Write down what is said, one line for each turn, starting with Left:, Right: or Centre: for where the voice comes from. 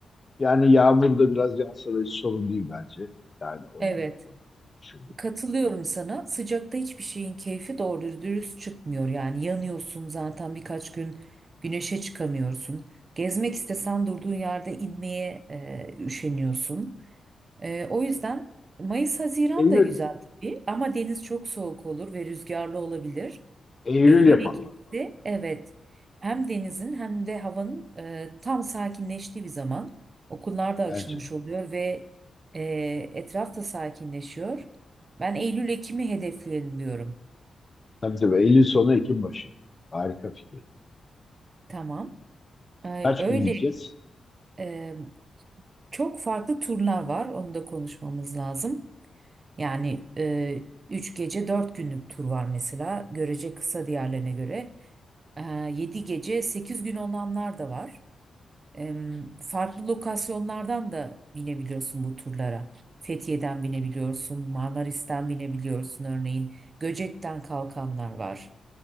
Left: Yani yağmur da biraz yağsa da hiç sorun değil bence. Yani onu
Right: Evet.
Left: da, onu da düşündüm.
Right: Katılıyorum sana. Sıcakta hiçbir şeyin keyfi doğru dürüst çıkmıyor. Yani yanıyorsun zaten birkaç gün güneşe çıkamıyorsun. Gezmek istesen durduğun yerde inmeye e, üşeniyorsun. Ee, o yüzden Mayıs-Haziran
Left: Eylül,
Right: da güzel tabii ama deniz çok soğuk olur ve rüzgarlı olabilir.
Left: Eylül
Right: Eylül-Ekim'si
Left: yapalım. o zaman.
Right: evet hem denizin hem de havanın e, tam sakinleştiği bir zaman. Okullar da açılmış
Left: Bence de.
Right: oluyor ve e, etraf da sakinleşiyor. Ben Eylül-Ekim'i hedefleyelim diyorum.
Left: Tabii tabii Eylül sonu Ekim başı. Harika fikir.
Right: Tamam. Ee,
Left: Kaç
Right: öyle
Left: gün gideceğiz?
Right: e, çok farklı turlar var onu da konuşmamız lazım. Yani e, 3 gece 4 günlük tur var mesela. Görece kısa diğerlerine göre. E, 7 gece 8 gün olanlar da var. E, farklı lokasyonlardan da binebiliyorsun bu turlara. Fethiye'den binebiliyorsun, Marmaris'ten binebiliyorsun örneğin. Göcek'ten kalkanlar var.